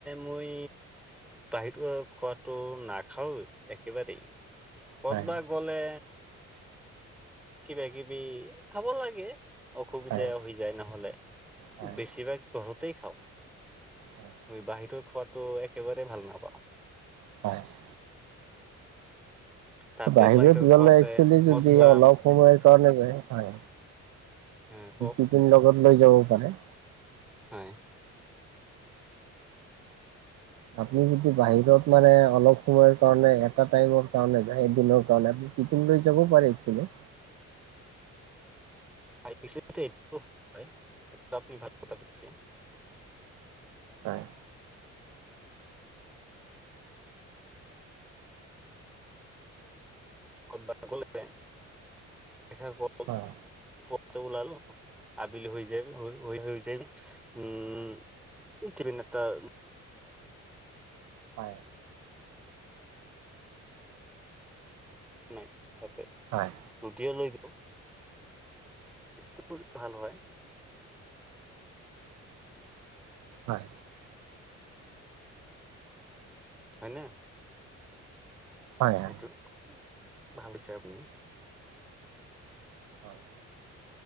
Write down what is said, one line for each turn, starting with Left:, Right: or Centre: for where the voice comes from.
Centre: মই বাহিৰত খোৱাটো নাখাওঁয়ে একেবাৰেই। ক'ত
Right: হয়
Centre: বা গ'লে কিবা কিবি খাব লাগে অসুবিধা
Right: হয়
Centre: হৈ যায় নহ'লে।
Right: হয়
Centre: বেছিভাগ ঘৰতেই খাওঁ।
Right: হয়
Centre: মই বাহিৰত খোৱাটো একেবাৰে ভাল নাপাওঁ।
Right: <unintelligible>
Centre: তাতে
Right: বাহিৰত গ'লে
Centre: খোৱাতে
Right: একচুৱেলি যদি
Centre: মছলা
Right: অলপ সময় কাৰণে যে হয়,
Centre: আহ কওক
Right: টিফিন লগত লৈ যাবও পাৰে।
Centre: হয়।
Right: আপুনি যদি বাহিৰত মানে অলপ সময়ৰ কাৰণে এটা টাইমৰ কাৰণে যায় এদিনৰ কাৰণে আপুনি টিফিন লৈ যাবও পাৰে এক্সেলি।
Centre: <unintelligible> এইটো আপুনি ভাল কথা কৈছে।
Right: হয়।
Centre: ক'ৰবাত গ'লে <unintelligible>
Right: হয়
Centre: <unintelligible> আবেলি হৈ যায়, হৈ <unintelligible> উমঁ- <unintelligible>
Right: হয়।
Centre: নাই তাতে।
Right: হয়।
Centre: ৰুটিয়ে লৈ যাওঁ। <unintelligible> কৰি ভাল হয়।
Right: হয়।
Centre: হয়নে।
Right: হয়
Centre: এইটো <inaudible> ভাল দিছে আপুনি।
Right: হয়।